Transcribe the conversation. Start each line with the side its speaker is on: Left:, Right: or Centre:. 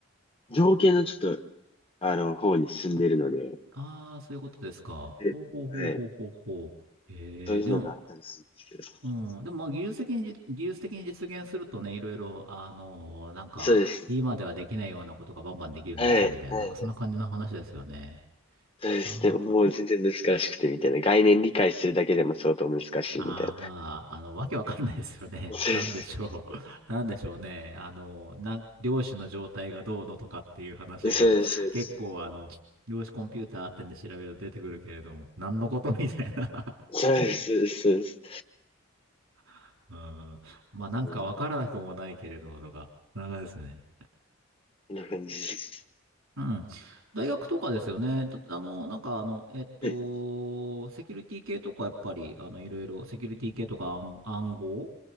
Left: 情景のちょっと、あの、方に進んでるので、
Right: <laughs> あー、そういうことですか。
Left: ではい。
Right: ほうほうほうほうほうほう。えー、
Left: そういうのがあったりするんですけど。
Right: でも、うん、でもまあ技術的にじ、技術的に実現するとね、いろいろ、あのーなんか、
Left: そうです。
Right: 今ではできないようなことがバンバンできるようになっちゃうみたいな、
Left: はい。はいはい
Right: なんかそんな感じの話ですよね。
Left: そうですね。
Right: まあ
Left: もう全然難しくてみたいな。概念理解するだけでも相当難しいみたい
Right: ああ、まあ、あの、わけわかんないですよね。
Left: な。そうです。
Right: <laughs> なんでしょう。<laughs> なんでしょうね。あの、な、量子の状態がどうのとかっていう話が、
Left: そうです。
Right: <laughs> 結構、あの、量子コンピューターってんで調べると出てくるけれども、何のことみたいな。
Left: そうです。そうです。そうです。
Right: <laughs> うん。まあ、なんかわからなくもないけれども、
Left: うんこ
Right: とか。なんかですね。
Left: んな感じです。
Right: うん。大学とかですよね。だあの、なんかあの、えっと、
Left: うん
Right: セキュリティ系とかやっぱり、あの、いろいろ、セキュリティ系とか暗、暗号